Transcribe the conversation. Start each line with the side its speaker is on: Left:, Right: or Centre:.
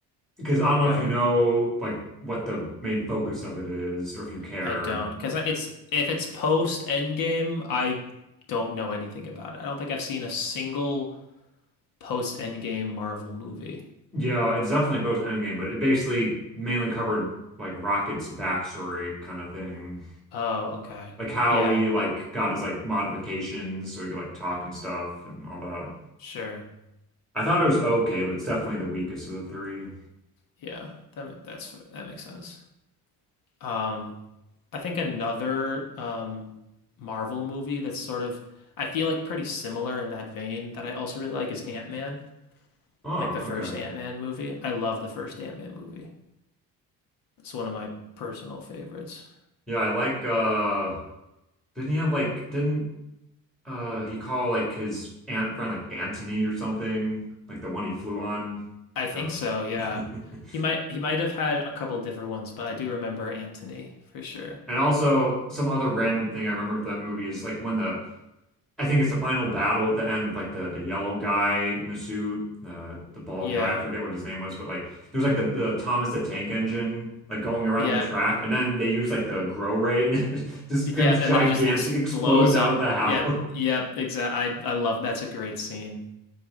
Centre: because I don't
Left: Okay.
Centre: know if you know like what the main focus of it is or if you care.
Left: I don't because it's if it's post Endgame, I don't know anything about it. I don't think I've seen a single post Endgame Marvel movie.
Centre: Yeah, it's definitely post Endgame, but it basically mainly covered like Rocket's backstory kind of thing.
Left: Oh, okay.
Centre: Like how
Left: Yeah,
Centre: he like got his like modifications so he could like talk and stuff and all that.
Left: sure.
Centre: I thought it was okay, but it's definitely the weakest of the three.
Left: Yeah, that ma- that's that makes sense. Um, I think another um Marvel movie that's sort of I feel like pretty similar in that vein that I also really like is Ant-Man,
Centre: Oh,
Left: like the first
Centre: okay.
Left: Ant-Man movie. I love the first Ant-Man movie. It's one of my personal favorites.
Centre: Yeah, I like uh didn't he have like didn't uh he call like his aunt friend like Anthony or something? Like the one he flew on?
Left: I think
Centre: The
Left: so, yeah.
Centre: <laughs>
Left: He might he might have had a couple different ones, but I do remember Anthony for sure.
Centre: And also some other random thing I remember with that movie is like when the I think it's the final battle at the end with like the the yellow guy in the suit, uh, the bald
Left: Yeah.
Centre: guy. I forget what his name was, but like there's like the, the Thomas the Tank Engine like going around
Left: Yeah,
Centre: the track, and then they use like the grow ray, and <laughs> it just
Left: Yeah,
Centre: becomes gigantic,
Left: and then it just ex blows
Centre: explodes out
Left: up.
Centre: of the house,
Left: Yeah, yeah, exactly. I I love that's a great scene.